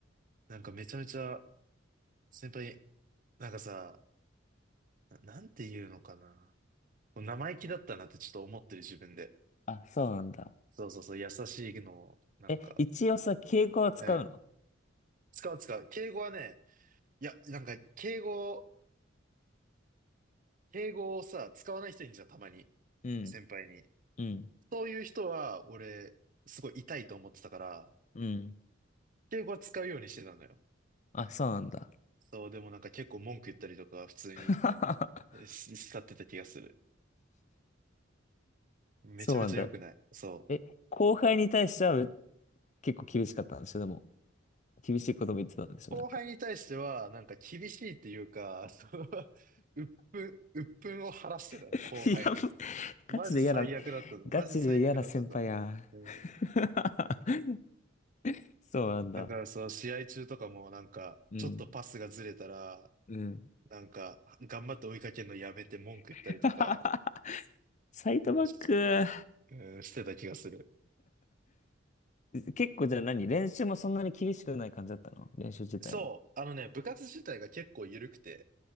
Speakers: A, on the right; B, on the left.
A: なんかめちゃめちゃ、先輩に、なんかさ、な、なんて言うのかな。生意気だったなってちょっと思ってる自分で。
B: あ、そうなんだ。
A: そうそうそう、優しいのを、なんか、
B: え、一応さ、敬語は使うの
A: うん。使う使う。敬語はね、いや、なんか、敬語、敬語をさ、使わない人いるじゃん、たまに。
B: うん、
A: 先輩に。
B: うん、
A: そういう人は、俺、すごい痛いと思ってたから、
B: うん。
A: 敬語は使うようにしてたのよ。
B: あ、そうなんだ。
A: そう、でもなんか結構文句言ったりとか、普通に
B: <laughs>
A: えし使ってた気がする。めちゃめちゃ良くない。
B: そうなんだ。
A: そう。
B: え、後輩に対しては結構厳しかったんでしょでも、厳しいことも言ってたんでしょなんか。
A: 後輩に対しては、なんか厳しいっていうか、その <laughs> 鬱憤、鬱憤を晴らしてたね、
B: <laughs>
A: 後輩に。
B: いや、ガチで嫌な、
A: マジ最悪だったマジ最悪だったと思う。
B: ガチで嫌な先輩や。
A: うん、
B: <laughs> そうなんだ。
A: だからその試合中とかもなんか、
B: うん。
A: ちょっとパスがずれたら、
B: うん。
A: なんか、頑張って追いかけるのやめて文句言ったりとか、
B: <laughs> サイドバック、
A: うん、し、うん、してた気がする。
B: 結構じゃあ何練習もそんなに厳しくない感じだったの練習自体も。
A: そう、あのね、部活自体が結構緩くて、